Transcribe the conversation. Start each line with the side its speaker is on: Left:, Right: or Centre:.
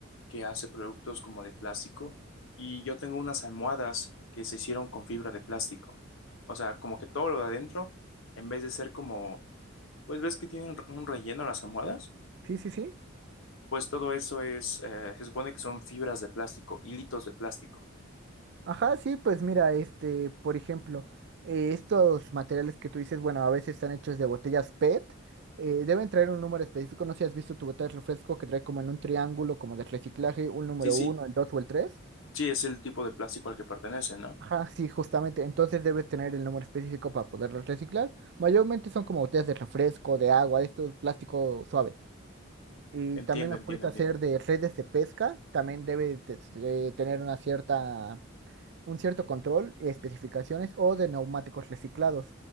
Left: que hace productos como de plástico y yo tengo unas almohadas que se hicieron con fibra de plástico. O sea, como que todo lo de adentro, en vez de ser como, pues ves que tienen un relleno las almohadas,
Right: Sí, sí, sí.
Left: pues todo eso es, eh, se supone que son fibras de plástico, hilitos de plástico.
Right: Ajá, sí, pues mira, este, por ejemplo, eh, estos materiales que tú dices, bueno, a veces están hechos de botellas PET, eh, deben traer un número específico, no sé si has visto tu botella de refresco que trae como en un triángulo, como de reciclaje, un número
Left: Sí, sí,
Right: uno, el dos o el tres.
Left: sí, es el tipo de plástico al que pertenecen, ¿no?
Right: Ajá, sí, justamente, entonces debe tener el número específico para poderlo reciclar. Mayormente son como botellas de refresco, de agua, de estos plástico suave. Y
Left: Entiendo,
Right: también los
Left: entiendo,
Right: puedes
Left: entiendo.
Right: hacer de redes de pesca, también debe de- de tener una cierta un cierto control, especificaciones o de neumáticos reciclados.